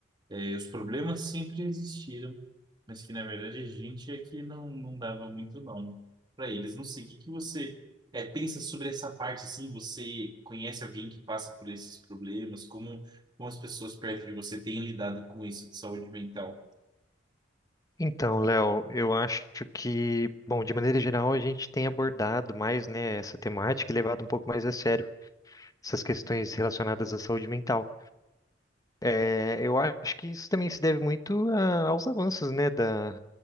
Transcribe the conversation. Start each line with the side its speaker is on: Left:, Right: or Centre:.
Right: é, os problemas sempre existiram, mas que na verdade a gente é que não, não dava muito nome para eles. Não sei, o que que você é, pensa sobre essa parte, assim, você conhece alguém que passa por esses problemas, como, como as pessoas perto de você têm lidado com isso de saúde mental?
Left: Então, Léo, eu acho que, bom, de maneira geral, a gente tem abordado mais, né, essa temática e levado um pouco mais a sério essas questões relacionadas à saúde mental. É, eu acho que isso também se deve muito a- aos avanços, né, da,